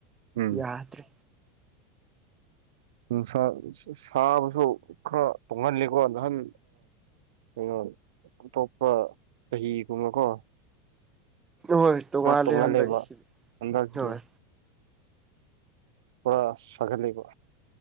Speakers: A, on the right; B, on the right.
A: ꯎꯝ
B: ꯌꯥꯗ꯭ꯔꯦ
A: ꯅꯨꯡꯁꯥ ꯁꯥꯕꯁꯨ ꯈꯔ ꯇꯣꯡꯉꯥꯜꯂꯤꯀꯣ ꯅꯍꯥꯟ ꯀꯩꯅꯣ ꯑꯇꯣꯞꯄ ꯆꯍꯤꯒꯨꯝꯕꯀꯣ
B: ꯍꯣꯏ ꯇꯣꯡꯉꯥꯜꯂꯤ
A: ꯈꯔ ꯇꯣꯡꯍꯜꯂꯦꯕ
B: ꯍꯟꯗꯛꯁꯤ
A: ꯍꯟꯗꯛꯁꯤꯗꯤ
B: ꯍꯣꯏ
A: ꯄꯨꯔꯥ ꯁꯒꯠꯂꯤꯕꯣ